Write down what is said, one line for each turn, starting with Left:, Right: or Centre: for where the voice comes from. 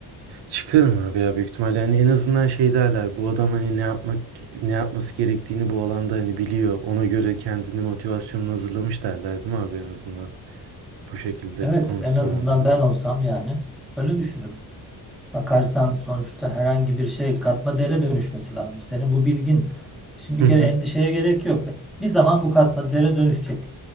Right: Çıkarım abi ya büyük ihtimalle yani en azından şey derler bu adam hani ne yapmak ne yapması gerektiğini bu alanda hani biliyor ona göre kendini motivasyonunu hazırlamış derler değil mi abi en azından bu şekilde
Centre: Evet,
Right: konuşsam
Centre: en azından
Right: onlara.
Centre: ben olsam yani öyle düşünürüm. Bakarsan sonuçta herhangi bir şey katma değere dönüşmesi lazım. Senin bu bilgin şimdi
Right: <laughs>
Centre: bir kere endişeye gerek yok. Bir zaman bu katma değere dönüşecek.